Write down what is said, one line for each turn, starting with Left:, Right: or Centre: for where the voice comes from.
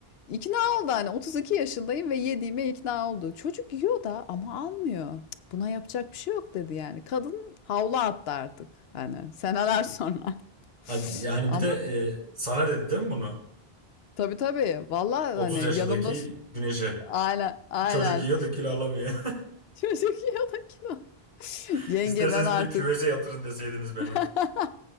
Left: İkna oldu hani 32 yaşındayım ve yediğime ikna oldu. Çocuk yiyor da ama almıyor. Cık, Buna yapacak bir şey yok dedi yani. Kadın havlu attı artık hani seneler sonra. <laughs>
Right: Hadi yani
Left: Ama
Right: bir de e, sana dedi değil mi bunu?
Left: tabii tabii valla
Right: 30
Left: hani
Right: yaşındaki
Left: yanımda s-
Right: Güneş'e.
Left: aynen aynen
Right: Çocuk yiyor da kilo alamıyor.
Left: Çocuk yanakına.
Right: <laughs>
Left: Yenge
Right: İsterseniz
Left: ben artık
Right: bir de küveze yatırın deseydiniz beni.
Left: <laughs>